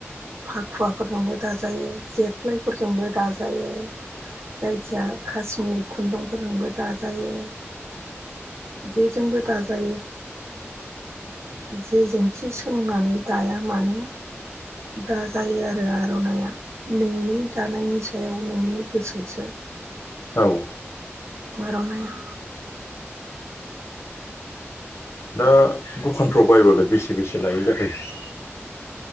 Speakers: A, on the right (about 85°); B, on the left (about 70°).
A: फाखुवाफोरजोंबो दाजायो जेरफ्लाय फोरजोंबो दाजायो। जायखिजाया कासमिर खुन्दुंफोरजोंबो दाजायो। जेजोंबो दाजायो जे जों थि सोंनानै दाया मानो दाजायो आरो आर'नाया नोंनि दानायनि सायाव नोंनि गोसोसो
B: औ
A: आर'नाया
B: दा दखानफ्राव बायबालाय बेसे बेसे लायो। <unintelligible>